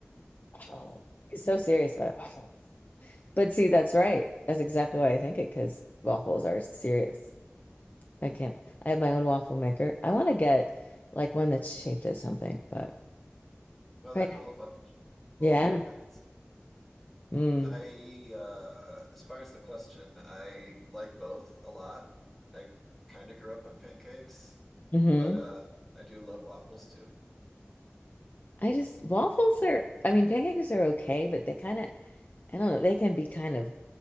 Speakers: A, on the left (about 45°); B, in the centre.
A: Waffles. He's so serious about it. Waffles. But see, that's right. That's exactly why I think it, because waffles are serious. I can't. I have my own waffle maker. I want to get like one that's shaped as something, but
B: Well, there's
A: right.
B: a whole bunch, all
A: Yeah.
B: different kinds.
A: Mm.
B: I uh as far as the question, I like both a lot. I kind of grew up on pancakes,
A: hmm
B: but uh I do love waffles too.
A: I just waffles are I mean pancakes are okay, but they kind of I don't know, they can be kind of